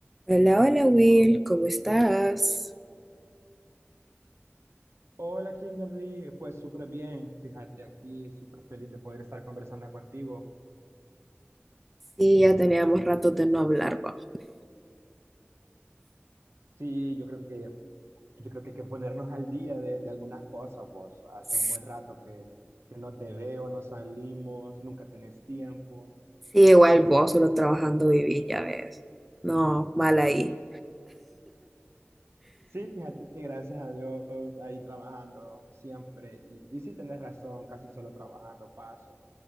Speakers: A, in the centre; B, on the right.
A: Hola, hola Will, ¿cómo estás?
B: Hola Kimberly, pues súper bien, fíjate aquí, súper feliz de poder estar conversando contigo.
A: Sí, ya teníamos rato de no hablar, pa.
B: Sí, yo creo que, yo creo que hay que ponernos al día de, de algunas cosas, vos. Hace
A: Sí,
B: un buen rato que, que no te veo, no salimos, nunca tenés tiempo.
A: igual vos solo trabajando viví, ya ves. No, mal
B: Sí,
A: ahí.
B: sí, fíjate que gracias a Dios ahí trabajando siempre, y, y sí tenés razón, casi solo trabajando paso,